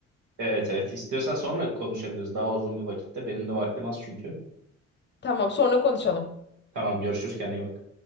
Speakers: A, on the right; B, on the left.
A: Evet evet. İstiyorsan sonra konuşabiliriz. Daha uzun bir vakitte. Benim de vaktim az çünkü.
B: Tamam sonra konuşalım.
A: Tamam görüşürüz kendine iyi bak.